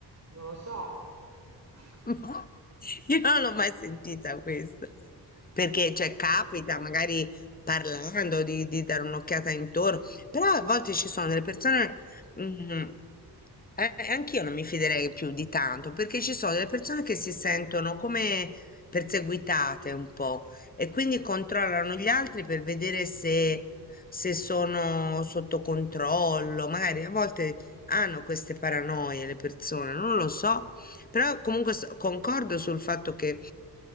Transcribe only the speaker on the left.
<laughs> No, io non l'ho mai sentita questa, perché cioè, capita magari parlando di, di dare un'occhiata intorno, però a volte ci sono delle persone, mm, eh, anch'io non mi fiderei più di tanto, perché ci sono delle persone che si sentono come perseguitate un po' e quindi controllano gli altri per vedere se, se sono sotto controllo, magari a volte hanno queste paranoie le persone, non lo so. Però comunque s- concordo sul fatto che